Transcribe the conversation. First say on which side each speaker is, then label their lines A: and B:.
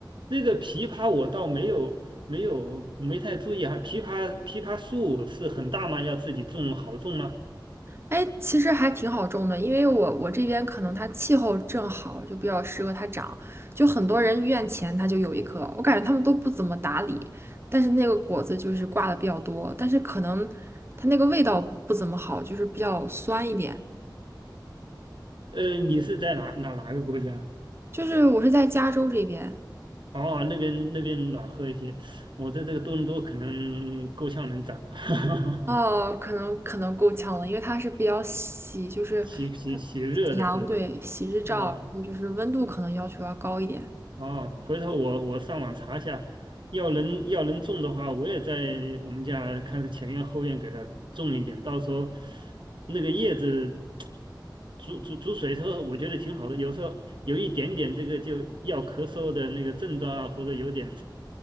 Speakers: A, on the right (about 75°); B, on the right (about 30°).
A: 那个枇杷我倒没有没有没太注意哈。枇杷枇杷树是很大吗？要自己种好种吗？
B: 哎，其实还挺好种的，因为我我这边可能它气候正好，就比较适合它长。就很多人院前它就有一棵，我感觉他们都不怎么打理，但是那个果子就是挂的比较多，但是可能它那个味道不怎么好，就是比较酸一点。
A: 呃，你是在哪哪哪个国家？
B: 就是我是在加州这边，
A: 哦，那边那边暖和一些。我在这个多伦多可能够呛能长吧，<laughs>
B: 哦，可能可能够呛了，因为它是比较喜，就是它
A: 喜喜喜热的是不是？
B: 喜阳，对，喜日照，
A: 啊、
B: 然后就是温度可能要求要高一点。
A: 哦，回头我我上网查一下，要能要能种的话，我也在我们家看是前院后院给它种一点，到时候那个叶子煮煮煮水之后，我觉得挺好的。有时候有一点点这个就要咳嗽的那个症状啊，或者有点